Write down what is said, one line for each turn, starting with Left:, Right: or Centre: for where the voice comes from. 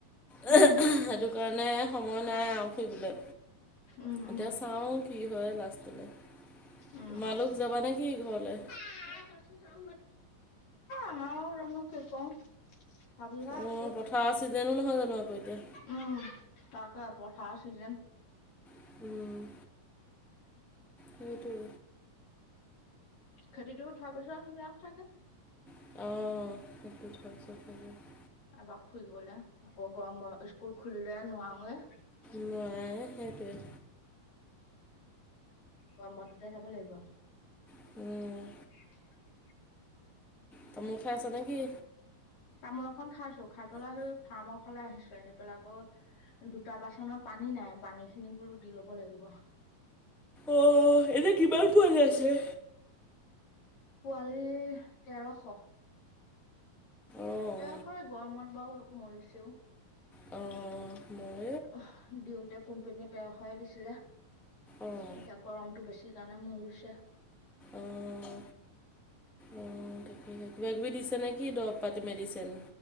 Centre: সেইটো
Left: উম
Centre: কাৰণে সময় নাই আৰু ফুৰিবলে।
Left: উম
Centre: এতিয়া
Left: উম
Centre: চাওঁ কি হয় লাষ্টলে।
Left: উম
Centre: তোমালোক
Left: উম
Centre: যাবা নেকি ঘৰলে?
Left: তাকে আমাৰো জানো কি কৰোঁ? ভাবিহে
Centre: অঁ
Left: আছোঁ
Centre: পথাৰৰ ছিজনো নহয় জানো আকৌ এতিয়া
Left: উম তাকে পঠা ছিজেন।
Centre: উম সেইটোৱে।
Left: খেতিটো উঠোৱাৰ পিছত যাম চাগে।
Centre: অঁ খেতিটো উঠোৱাৰ পিছত যাবি।
Left: এপাক ফুৰিবলে আকৌ গৰম ব স্কুল খুলিলে নোৱাৰোঁৱে।
Centre: নোৱাৰে সেইটোৱে।
Left: গৰম বন্ধতে যাব লাগিব।
Centre: উম।
Left: <unintelligible>
Centre: তামোল খাই আছ নে কি?
Left: তামোল এখন খাইছোঁ খাই পেলাই সেই ফাৰ্মৰ ফালে আহিছোঁ আহি পেলাই আকৌ দুটা বাচনত পানী নাই পানীখিনি বোলো দি ল'ব লাগিব।
Centre: অহ এনে কিমান পোৱালি আছে?
Left: পোৱালি তেৰশ।
Centre: অঁ
Left: তেৰশই গৰমত বাৰু মৰিছেও।
Centre: অঁ মই
Left: অহ দিওঁতে কোম্পানীয়ে তেৰশয়ে দিছিলে।
Centre: অঁ
Left: এতিয়া গৰমটো বেছি কাৰণে মৰিছে।
Centre: অঁ অঁ কিবা কিবি দিছে নেকি দৰৱ পাতি মেডিচেন